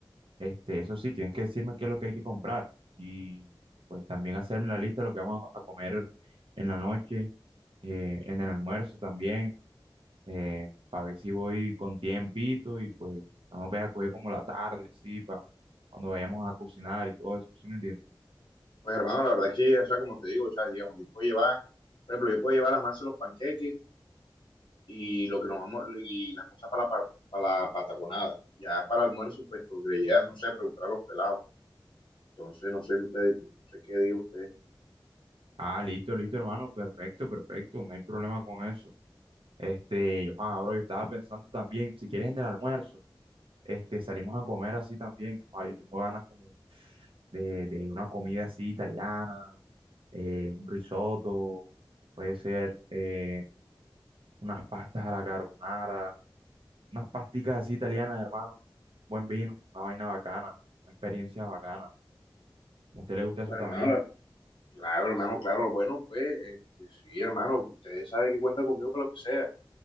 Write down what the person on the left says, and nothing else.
pues hermano, la verdad es que, o sea, como te digo, o sea, digamos, yo puedo llevar, por ejemplo, yo puedo llevar las masas de los panqueques y lo que nos vamos, y las cosas para la, pa- para la pataconada, ya para el almuerzo, pues, tú ya, no sé, preguntar a los pelados. Entonces, no sé, usted, no sé qué diga usted.
Bueno,
hermano, claro, hermano, claro. Bueno, pues, este, sí, hermano, usted sabe que cuenta conmigo para lo que sea.